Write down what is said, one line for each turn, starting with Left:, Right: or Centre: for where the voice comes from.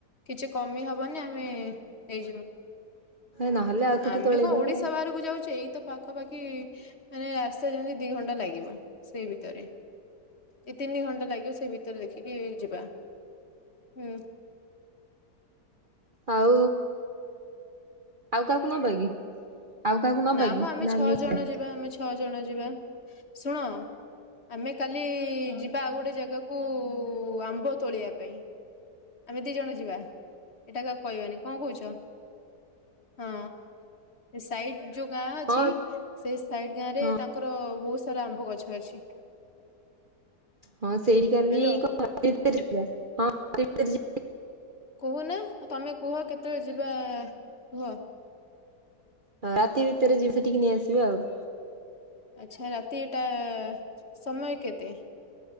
Left: କିଛି କମି ହବନି ଆମେ ହେଇଯିବ।
Right: ନହେଲେ ଆଉ ଥରେ
Left: ଆମେ
Right: ତୋଳେଇଦବା
Left: କଣ ଓଡିଶା ବାହାରକୁ ଯାଉଛେ ଏଇ ତ ପାଖାପାଖି ମାନେ ରାସ୍ତା ଯେମିତି ଦି ଘଣ୍ଟା ଲାଗିବ ସେଇ ଭିତରେ। ଦି ତିନି ଘଣ୍ଟା ଲାଗିବ ସେଇ ଭିତରେ ଦେଖିକି ଯିବା। ହୁଁ।
Right: ଆଉ, ଆଉ କାହାକୁ ନବା କି? ଆଉ କାହାକୁ ନବା
Left: ନା
Right: କି
Left: ମ ଆମେ ଛଅ ଜଣ
Right: ଛାଡ।
Left: ଯିବା ଆମେ ଛଅ ଜଣ ଯିବା ଶୁଣ ଆମେ କାଲି ଯିବା ଆଉ ଗୋଟେ ଜାଗାକୁ ଆମ୍ବ ତୋଳିବା ପାଇଁ। ଆମେ ଦି ଜଣ ଯିବା ଏଇଟା କାହାକୁ କହିବାନି କଣ କହୁଛ? ହଁ ଏ ସାଇଡ୍ ଯୋଉ ଗାଁ ଅଛି
Right: ହଁ ହଁ
Left: ସେ ସାଇଡ ଗାଁରେ
Right: ହଁ
Left: ତାଙ୍କର ବହୁତ ସାରା ଆମ୍ବ ଗଛ ଅଛି।
Right: ହଁ ସେଇଠି କାଲି
Left: ହ୍ୟାଲୋ
Right: <unintelligible>
Left: କହୁନା ତମେ କୁହ କେତେବେଳେ ଯିବା କୁହ?
Right: ହଁ ରାତି ଭିତରେ ଯିବା ସେଠିକି ନେଇ ଆସିବା ଆଉ।
Left: ଆଚ୍ଛା ରାତିଟା, ସମୟ କେତେ?